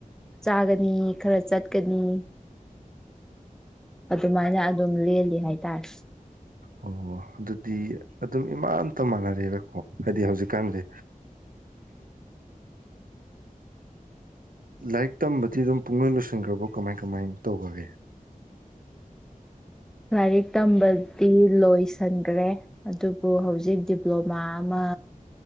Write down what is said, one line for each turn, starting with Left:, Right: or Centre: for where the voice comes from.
Centre: ꯆꯥꯒꯅꯤ ꯈꯔ ꯆꯠꯀꯅꯤ ꯑꯗꯨꯃꯥꯏꯅ ꯑꯗꯨꯝ ꯂꯦꯜꯂꯤ ꯍꯥꯏꯇꯥꯔꯦꯁꯦ
Right: ꯑꯣ ꯑꯗꯨꯗꯤ ꯑꯗꯨꯝ ꯏꯃꯥꯟꯇ ꯃꯥꯟꯅꯔꯦꯔꯀꯣ ꯍꯥꯏꯗꯤ ꯍꯧꯖꯤꯛꯀꯥꯟꯗꯤ ꯂꯥꯏꯔꯤꯛ ꯇꯝꯕꯗꯤ ꯑꯗꯨꯝ ꯄꯨꯡ ꯂꯣꯏ ꯂꯣꯏꯁꯤꯟꯈ꯭ꯔꯕꯣ ꯀꯃꯥꯏ ꯀꯃꯥꯏꯅ ꯇꯧꯈꯒꯦ
Centre: ꯂꯥꯏꯔꯤꯛ ꯇꯝꯕꯗꯤ ꯂꯣꯏꯁꯤꯟꯈ꯭ꯔꯦ ꯑꯗꯨꯕꯨ ꯍꯧꯖꯤꯛ ꯗꯤꯄ꯭ꯂꯣꯃꯥ ꯑꯃ